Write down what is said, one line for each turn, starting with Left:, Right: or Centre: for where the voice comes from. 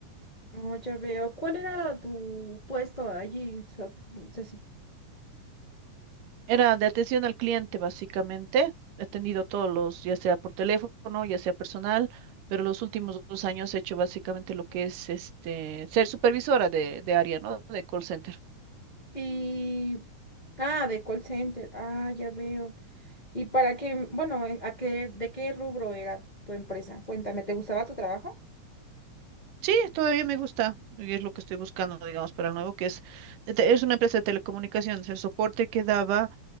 Left: oh, ya veo. ¿Cuál era tu puesto allí, Sof- Ceci?
Right: Era de atención al cliente, básicamente. He atendido todos los, ya sea por teléfono, ya sea personal, pero los últimos dos años he hecho básicamente lo que es este, ser supervisora de, de área, ¿no? De call center.
Left: Y... Ah, de call center. Ah, ya veo. ¿Y para qué, bueno, eh, a qué, de qué rubro era tu empresa? Cuéntame, ¿te gustaba tu trabajo?
Right: Sí, todavía me gusta y es lo que estoy buscando, digamos, para el nuevo, que es, te- es una empresa de telecomunicaciones. El soporte que daba